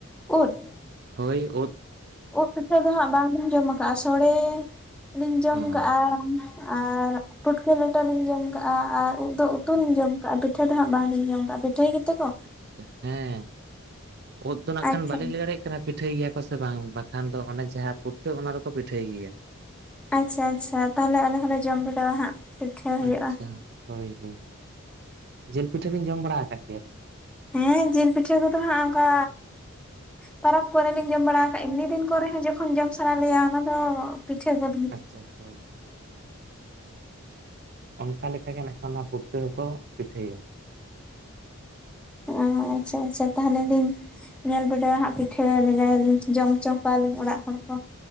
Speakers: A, in the centre; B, on the right.
A: ᱩᱫ
B: ᱦᱳᱭ ᱩᱫ
A: ᱩᱫ ᱯᱤᱴᱷᱟ ᱫᱚ ᱦᱟᱸᱜ ᱵᱟᱞᱤᱧ ᱡᱚᱢ ᱠᱟᱜᱼᱟ ᱥᱚᱲᱮ ᱞᱤᱧ ᱡᱚᱢ
B: ᱚ
A: ᱠᱟᱜᱼᱟ
B: ᱟᱪᱪᱷᱟ
A: ᱟᱨ
B: ᱟᱪᱪᱷᱟ
A: ᱯᱩᱴᱠᱟᱹ ᱞᱮᱴᱚ ᱞᱤᱧ ᱡᱚᱢ ᱠᱟᱜᱼᱟ ᱟᱨ ᱩᱫ ᱫᱚ ᱩᱛᱩ
B: ᱚ
A: ᱞᱤᱧ ᱡᱚᱢ ᱠᱟᱜᱼᱟ, ᱯᱤᱴᱷᱟᱹ ᱫᱚ ᱦᱟᱸᱜ ᱵᱟᱝ ᱞᱤᱧ ᱡᱚᱢ ᱠᱟᱜᱼᱟ, ᱯᱤᱴᱷᱟᱹᱭ ᱜᱮ ᱛᱮ ᱠᱚ
B: ᱟᱪᱪᱟ ᱦᱮᱸ ᱳᱫ ᱫᱚ ᱱᱟᱜ ᱠᱷᱟᱱ
A: ᱟᱪᱪᱷᱟ
B: ᱵᱟᱞᱤᱧ ᱞᱟᱹᱭ ᱫᱟᱲᱮ ᱭᱟᱜ ᱠᱟᱱᱟ᱾ ᱯᱤᱴᱷᱟᱹᱭ ᱜᱮᱭᱟ ᱠᱚ ᱥᱮ ᱵᱟᱝ ᱵᱟᱠᱷᱟᱱ ᱫᱚ ᱚᱱᱮ ᱡᱟᱦᱟᱸ ᱯᱩᱴᱠᱟᱹ ᱚᱱᱟ ᱫᱚ ᱠᱚ ᱯᱤᱴᱷᱟᱹᱭ ᱜᱮ ᱭᱟ᱾
A: ᱟᱪᱪᱷᱟ ᱟᱪᱪᱷᱟ ᱛᱟᱦᱞᱮ ᱟᱞᱮ ᱦᱚᱸᱞᱮ ᱡᱚᱢ ᱵᱤᱰᱟᱹᱣ ᱟ ᱦᱟᱸᱜ ᱯᱤᱴᱷᱟᱹ ᱦᱩᱭᱩᱜᱼᱟ
B: ᱟᱪᱪᱷᱟ ᱦᱳᱭ ᱦᱳᱭ ᱡᱤᱞ ᱯᱤᱴᱷᱟᱹ ᱵᱤᱱ ᱡᱚᱢ ᱵᱟᱲᱟ ᱟᱠᱟᱫ ᱜᱮᱭᱟ᱾
A: ᱦᱮᱸ ᱡᱤᱞ ᱯᱤᱴᱷᱟᱹ ᱠᱚᱫᱚ ᱦᱟᱸᱜ ᱚᱱᱠᱟ ᱯᱚᱨᱟᱵᱽ ᱠᱚᱨᱮ ᱞᱤᱧ ᱡᱚᱢ ᱵᱟᱲᱟ ᱟᱠᱟᱫᱼᱟ, ᱮᱢᱱᱤ ᱫᱤᱱ ᱠᱚ ᱨᱮ ᱦᱚᱸ ᱡᱚ ᱠᱷᱚᱱ ᱡᱚᱢ ᱥᱟᱱᱟ ᱞᱤᱧᱟ ᱚᱱᱟ ᱫᱚ ᱯᱤᱴᱷᱟᱹ ᱭᱟᱠᱚ
B: ᱟᱪᱪᱷᱟ ᱦᱳᱭ, ᱟᱫᱚ ᱚᱱᱠᱟ ᱞᱮᱠᱟ ᱜᱮ ᱱᱟᱜ ᱠᱷᱟᱱ ᱚᱱᱟ ᱯᱩᱴᱠᱟᱹ ᱦᱚ ᱠᱚ ᱯᱤᱴᱷᱟᱹᱭᱟ᱾
A: ᱚ ᱟᱪᱪᱷᱟ ᱟᱪᱪᱷᱟ ᱛᱟᱦᱞᱮ ᱞᱤᱧ ᱧᱮᱞ ᱵᱟᱰᱟᱭ ᱦᱟᱸᱜ ᱯᱤᱴᱷᱟᱹ ᱞᱮᱸᱜᱟ ᱭᱟ ᱞᱤᱧ ᱡᱚᱢ ᱦᱚᱪᱚ ᱠᱚᱣᱟ ᱞᱤᱧ ᱚᱲᱟᱜ ᱦᱚᱲ ᱠᱚ